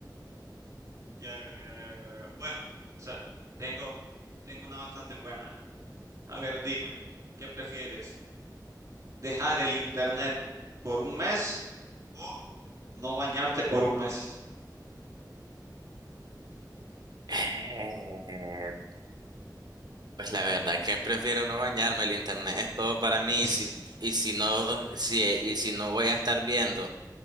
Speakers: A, on the right (about 45°); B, on the right (about 65°).
A: Ya, ya, ya, ya, ya, ya. Bueno, o sea, tengo, tengo una bastante buena. A ver, dime, ¿qué prefieres? ¿Dejar el internet por un mes o no bañarte por un mes?
B: Eh, Pues la verdad que prefiero no bañarme, el internet es todo para mí
A: <laughs>
B: y si, y si no, si, y si no voy a estar viendo